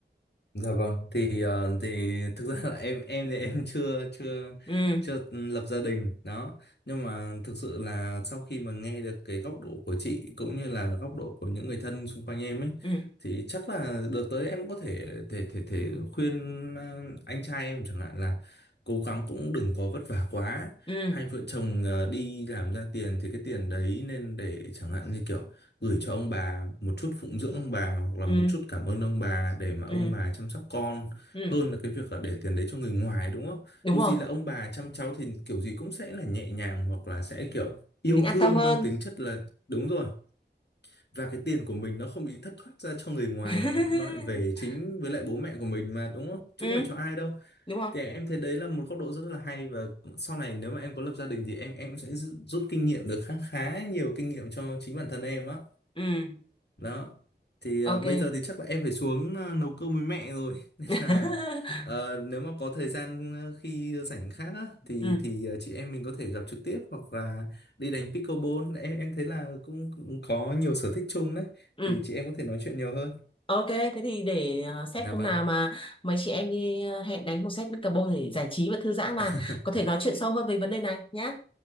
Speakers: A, on the left; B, on the left.
A: Dạ vâng, thì ờ, thì thực ra là em em thì em chưa chưa
B: ừ
A: chưa lập gia đình đó, nhưng mà thực sự là sau khi mà nghe được cái góc độ của chị cũng như là góc độ của những người thân xung quanh em ấy
B: ừ
A: thì chắc là đợt tới em có thể thể thể thể khuyên ờ, anh trai em chẳng hạn là cố gắng cũng đừng có vất vả quá.
B: ừ
A: Hai vợ chồng ờ, đi làm ra tiền thì cái tiền đấy nên để chẳng hạn như kiểu gửi cho ông bà một chút phụng dưỡng ông bà hoặc là
B: ừ
A: một chút cảm ơn ông bà để mà
B: ừ
A: ông bà chăm sóc con
B: ừ
A: hơn là cái việc là để tiền đấy cho người ngoài đúng không?
B: đúng
A: Dù
B: rồi
A: gì là ông bà chăm cháu thì kiểu gì cũng sẽ là nhẹ nhàng hoặc là sẽ kiểu yêu
B: mình an
A: thương
B: tâm hơn
A: mang tính chất là đúng rồi và cái tiền của mình nó không bị thất thoát ra cho người ngoài
B: <laughs>
A: mà nó lại về chính với lại bố mẹ của mình mà đúng không? Chứ
B: ừ
A: không phải cho ai đâu.
B: đúng không
A: Thì em thấy đấy là một góc độ rất là hay và sau này nếu mà em có lập gia đình thì em em sẽ rút kinh nghiệm được khá khá nhiều kinh nghiệm cho chính bản thân em á
B: ừ
A: đó thì
B: ok
A: ờ, bây giờ thì chắc là em phải xuống ờ, nấu cơm với mẹ rồi <laughs> nên
B: <laughs>
A: là ờ, nếu mà có thời gian ờ, khi rảnh khác á, thì
B: ừ
A: thì ờ, chị em mình có thể gặp trực tiếp hoặc là đi đánh pickleball em em thấy là cũng, cũng có nhiều sở thích chung đấy
B: ừ
A: thì chị em có thể nói chuyện nhiều hơn
B: ok thế thì để ờ, xét
A: dạ
B: hôm
A: vâng
B: nào mà mấy chị em đi ờ, hẹn đánh một set Mr. Bone để giải trí và thư giãn mà
A: <laughs>
B: có thể nói chuyện sâu hơn về vấn đề này nhá